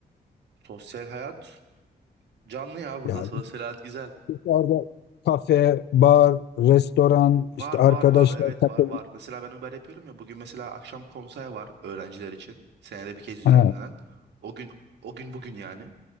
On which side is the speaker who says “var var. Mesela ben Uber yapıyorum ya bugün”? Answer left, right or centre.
Right